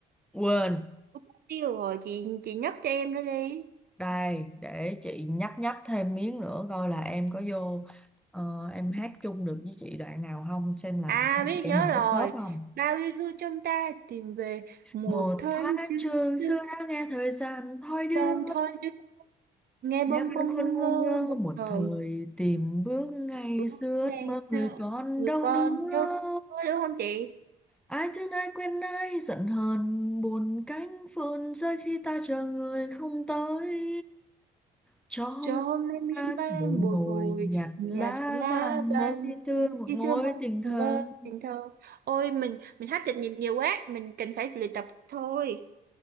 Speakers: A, in the centre; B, on the right.
A: Quên
B: mất tiêu rồi chị chị nhấp cho em nữa đi
A: Đây, để chị nhấp nhấp thêm miếng nữa coi là em có vô ờ, em hát chung được với chị đoạn nào không xem là
B: À
A: hai
B: biết
A: chị em
B: nhớ
A: mình
B: rồi
A: có khớp không.
B: Bao yêu thương trong ta tìm về Một
A: Một
B: thoáng
A: thoáng
B: chư
A: trường
B: xưa
A: xưa đã nghe thời gian thoi đưa
B: tam thôi đức Nghe
A: nghe
B: bâng
A: bên
B: khuâng
A: khuôn
B: ngu
A: ngu
B: ngơ
A: ngơ
B: một
A: một
B: thời
A: thời tìm bước ngày
B: Bước
A: xưa
B: ngày
A: ước mơ người
B: xưa
A: còn
B: người
A: đâu
B: con
A: nữa
B: đâu thôi đúng không chị
A: Ai thương ai quen ai giận hờn buồn cánh phơn rơi khi ta chờ người không tới cho hôm
B: cho hôm nay miên
A: an
B: man
A: mỗi
B: bồi
A: ngồi
B: hồi
A: nhặt
B: nhạt
A: lá
B: lá
A: vàng
B: vàng
A: mới đi
B: rơi,
A: tươi một
B: khi
A: ngôi
B: xưa mơ
A: tình thân
B: mơ tình thơ ôi mình mình hát chạch nhịp nhiều quá mình cần phải luyện tập thôi